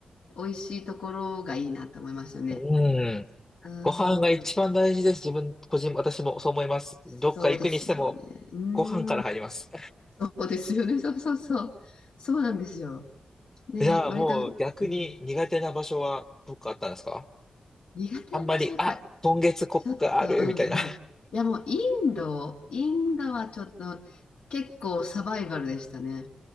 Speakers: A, on the left; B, on the left.
A: い、美味しいところがいいなと思いますよね。
B: うん。
A: うー
B: ご飯が一番大事です。
A: ん、
B: 自分、個人、私もそう思います。
A: そうですよね。
B: どっか行くにしても、
A: うー
B: ご飯から入ります。
A: ん。そうですよね。<laughs> そうそうそう。そうなんですよ。
B: <laughs>
A: ね、
B: じゃあもう逆に苦手な場所はどっかあったんですか
A: 割と、うん、苦手な場所、
B: あんまり、
A: やっぱ、
B: あ、今月ここがある、
A: ちょっと、うんうん。
B: みたいな。
A: いや、もう、インド、インドはちょっと、結構サバイバルでしたね。